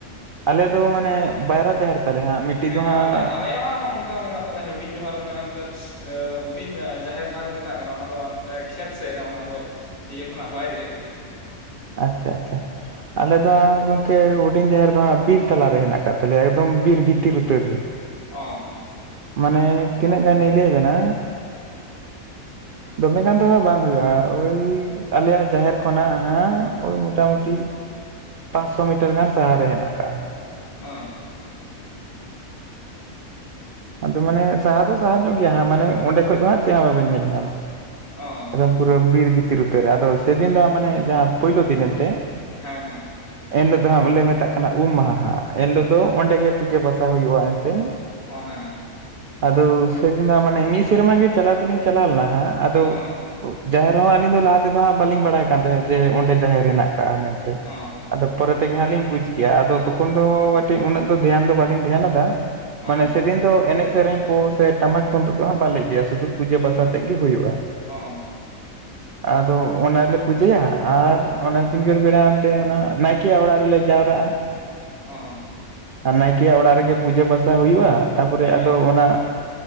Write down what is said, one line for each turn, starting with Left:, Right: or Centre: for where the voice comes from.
Right: ᱟᱞᱮ ᱫᱚ ᱢᱟᱱᱮ ᱵᱟᱭᱨᱟ ᱡᱟᱦᱮᱨ ᱛᱟᱞᱮ ᱦᱟᱸᱜ ᱢᱤᱫᱴᱤᱡ
Left: ᱦᱮᱸ
Right: ᱫᱚ ᱦᱟᱸᱜ
Left: ᱟᱞᱮ ᱟᱞᱮᱭᱟᱜ ᱦᱚ ᱚᱱᱠᱟ ᱚᱱᱠᱟ ᱢᱮᱱᱟᱜ ᱛᱟᱞᱮᱭᱟ ᱦᱩᱰᱤᱧ ᱡᱚᱦᱟᱨ ᱢᱟᱱᱮ ᱦᱟᱱᱛᱮ ᱦᱩᱰᱤᱧ ᱡᱟᱦᱮᱨ ᱡᱟᱦᱟᱸ ᱠᱚ ᱢᱮᱛᱟᱜ ᱠᱟᱱᱟ ᱚᱱᱟ ᱫᱚ ᱠᱷᱮᱛ ᱥᱮᱫ ᱨᱮ ᱚᱱᱟ ᱫᱚ ᱤᱭᱟᱹ ᱠᱷᱚᱱᱟᱜ ᱵᱟᱭᱨᱮ
Right: ᱟᱪᱪᱷᱟ ᱟᱪᱪᱷᱟ ᱟᱞᱮ ᱫᱚ ᱟᱸᱜ ᱜᱚᱝᱠᱮ ᱦᱩᱰᱤᱧ ᱡᱟᱦᱮᱨ ᱫᱚ ᱦᱟᱜ ᱵᱤᱨ ᱛᱟᱞᱟᱨᱮ ᱦᱮᱱᱟᱜ ᱟᱠᱟᱫ ᱛᱟᱞᱮᱭᱟ ᱮᱠᱫᱚᱢ ᱵᱤᱨ ᱵᱷᱤᱛᱤᱨ ᱩᱛᱟᱹᱨ ᱨᱮ
Left: ᱚᱻ
Right: ᱢᱟᱱᱮ ᱛᱤᱱᱟᱹᱜ ᱜᱟᱱᱞᱤᱧ ᱞᱟᱹᱭ ᱟᱵᱮᱱᱟ ᱫᱚᱢᱮ ᱜᱟᱱ ᱫᱚ ᱦᱟᱸᱜ ᱵᱟᱝ ᱦᱩᱭᱩᱜᱼᱟ ᱳᱭ ᱟᱞᱮᱭᱟᱜ ᱡᱟᱦᱮᱨ ᱠᱷᱚᱱᱟᱜ ᱦᱟᱸᱜ ᱳᱭ ᱢᱚᱴᱟᱢᱩᱴᱤ ᱯᱟᱸᱥᱥᱚ ᱢᱤᱴᱟᱨ ᱜᱟᱱ ᱥᱟᱦᱟᱨ ᱨᱮ ᱦᱮᱱᱟᱜ ᱟᱠᱟᱟᱜᱼᱟ
Left: ᱚᱻ
Right: ᱟᱫᱚ ᱢᱟᱱᱮ ᱥᱟᱦᱟ ᱫᱚ ᱥᱟᱦᱟ ᱧᱚᱜ ᱜᱮᱭᱟ ᱢᱟᱱᱮ ᱚᱸᱰᱮ ᱠᱷᱚᱡ ᱫᱚ ᱦᱟᱸᱜ ᱪᱮᱫ ᱦᱚᱸ ᱵᱟᱵᱮᱱ ᱧᱮᱞ ᱧᱟᱢᱟ᱾
Left: ᱚ
Right: ᱮᱫᱚᱢ ᱯᱩᱨᱟᱹ ᱵᱤᱨ ᱵᱷᱤᱛᱤᱨ ᱩᱛᱟᱹᱨ ᱨᱮ ᱟᱫᱚ ᱥᱮᱫᱤᱱ ᱫᱚ ᱢᱟᱱᱮ ᱡᱟᱦᱟᱸ ᱯᱳᱭᱞᱳ ᱫᱤᱱ ᱮᱱᱛᱮ
Left: ᱦᱮᱸ ᱦᱮᱸ
Right: ᱮᱱᱦᱤᱞᱳᱜ ᱫᱚ ᱦᱟᱸᱜ ᱞᱮ ᱢᱮᱛᱟᱜ ᱠᱟᱱᱟ ᱩᱢ ᱢᱟᱦᱟ ᱮᱱᱦᱤᱞᱳᱜ ᱫᱚ ᱚᱸᱰᱮ ᱜᱮ ᱯᱩᱡᱟᱹ ᱵᱟᱥᱟ ᱦᱩᱭᱩᱜᱼᱟ ᱮᱱᱛᱮᱱ
Left: ᱚ ᱦᱮᱸ
Right: ᱟᱫᱚ ᱥᱮᱫᱤᱱ ᱫᱚ ᱢᱟᱱᱮ ᱢᱤᱫ ᱥᱮᱨᱢᱟ ᱜᱮ ᱪᱟᱞᱟᱣ ᱫᱚᱞᱤᱧ ᱪᱟᱞᱟᱣ ᱞᱮᱱᱟ ᱟᱫᱚ
Left: ᱚ
Right: ᱡᱟᱦᱮᱨ ᱦᱚᱸ ᱟᱹᱞᱤᱧ ᱫᱚ ᱞᱟᱦᱟ ᱛᱮᱫᱚ ᱦᱟᱸᱜ ᱵᱟᱹᱞᱤᱧ ᱵᱟᱲᱟᱭ ᱠᱟᱱ ᱛᱟᱦᱮᱸᱫ ᱡᱮ ᱚᱸᱰᱮ ᱡᱟᱦᱮᱨ ᱦᱮᱱᱟᱜ ᱠᱟᱜᱼᱟ ᱢᱮᱱᱛᱮ
Left: ᱚ
Right: ᱟᱫᱚ ᱯᱚᱨᱮ ᱛᱮᱜᱮ ᱦᱟᱸᱜ ᱞᱤᱧ ᱵᱩᱡᱽ ᱠᱮᱭᱟ ᱟᱫᱚ ᱛᱚᱠᱷᱚᱱ ᱫᱚ ᱠᱟᱹᱴᱤᱡ ᱩᱱᱟᱹᱜ ᱫᱚ ᱫᱷᱮᱭᱟᱱ ᱫᱚ ᱵᱟᱞᱤᱧ ᱫᱷᱮᱭᱟᱱᱫᱟ
Left: ᱚ
Right: ᱢᱟᱱᱮ ᱫᱤᱱ ᱫᱚ ᱮᱱᱮᱡ ᱥᱮᱨᱮᱧ ᱠᱚ ᱥᱮ ᱴᱟᱢᱟᱠ ᱛᱩᱢᱫᱟᱜ ᱫᱚ ᱵᱟᱞᱮ ᱤᱫᱤᱭᱟ ᱥᱩᱫᱷᱩ ᱯᱩᱡᱟᱹ ᱵᱟᱥᱟ ᱛᱮᱜ ᱜᱮ ᱦᱩᱭᱩᱜᱼᱟ᱾
Left: ᱚᱸ
Right: ᱟᱫᱚ ᱚᱱᱟᱞᱮ ᱯᱩᱡᱟᱹᱭᱟ ᱟᱨ ᱚᱱᱟ ᱥᱤᱸᱜᱟᱹᱲ ᱵᱮᱲᱟ ᱮᱱᱛᱮ ᱚᱱᱟ ᱱᱟᱭᱠᱮᱭᱟᱜ ᱚᱲᱟᱜ ᱨᱮᱞᱮ ᱡᱟᱣᱨᱟᱜᱼᱟ᱾
Left: ᱚᱸ
Right: ᱟᱨ ᱱᱟᱭᱠᱮᱭᱟᱜ ᱚᱲᱟᱜ ᱨᱮᱜᱮ ᱯᱩᱡᱟᱹ ᱯᱟᱥᱟ ᱦᱩᱭᱩᱜᱼᱟ ᱛᱟᱨᱯᱚᱨᱮ
Left: ᱦᱩᱸ
Right: ᱟᱫᱚ ᱚᱱᱟ